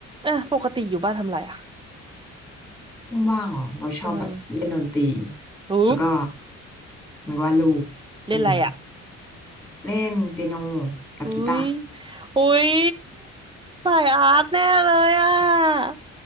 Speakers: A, on the right (about 15°); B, in the centre.
A: อ่ะปกติอยู่บ้านทำอะไรอ่ะ
B: ว่างๆเหรอ เราชอบแบบเล่นดนตรี
A: เอออู้
B: แล้วก็มันวาดรูปอืม
A: เล่นอะไรอ่ะ
B: เล่นเปียโนกับกีตาร์
A: อุ้ยอุ้ยสายอาร์ตแน่เลยอ่ะ